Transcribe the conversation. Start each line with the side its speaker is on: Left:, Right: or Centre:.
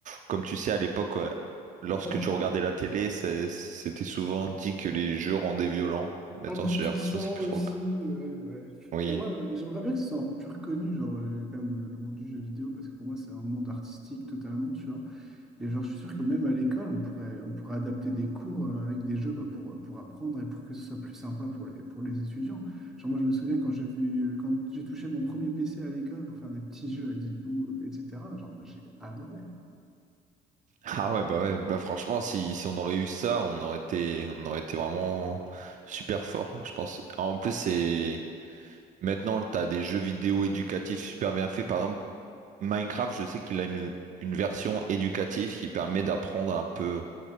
Right: Comme tu sais, à l'époque, euh, lorsque
Centre: Ouais,
Right: tu regardais
Centre: ouais.
Right: la télé, c'est- c'était souvent dit que les jeux rendaient violents. Maintenant,
Centre: Abrutissant
Right: j'ai l'impression que c'est plus
Centre: aussi,
Right: trop. le cas.
Centre: ouais, ouais.
Right: Oui.
Centre: Bah moi, j'aimerais bien que ce soit un peu plus reconnu, genre euh, quand même le, le monde du jeu vidéo, parce que pour moi c'est un monde artistique totalement, tu vois. Et genre, je suis sûr que même à l'école, on pourrait, on pourrait adapter des cours euh, avec des jeux bah, pour, euh, pour apprendre et pour que ce soit plus sympa pour les, pour les étudiants. Genre, moi, je me souviens quand j'ai vu, euh, quand j'ai touché mon premier PC à l'école pour faire des petits jeux à 10 bouts, euh, etc. Genre, moi, j'ai adoré.
Right: Ah ouais, bah ouais, bah franchement, si, si on aurait eu ça, on aurait été, on aurait été vraiment super fort, je pense. En plus, c'est maintenant, t'as des jeux vidéo éducatifs super bien faits. Par exemple, Minecraft, je sais qu'il a une, une version éducative qui permet d'apprendre un peu